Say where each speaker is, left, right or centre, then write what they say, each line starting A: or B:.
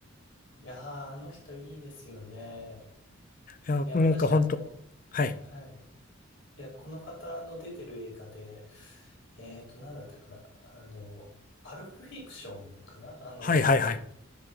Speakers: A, on the left; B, on the left.
A: いやー、あの人いいですよね。
B: いや、
A: いや、
B: なんか本当、
A: 私あの、
B: はい。
A: はい。いや、この方の出てる映画で、えーと、なんだったかな。あの、パルプフィクションかなあの、
B: はいはいはい。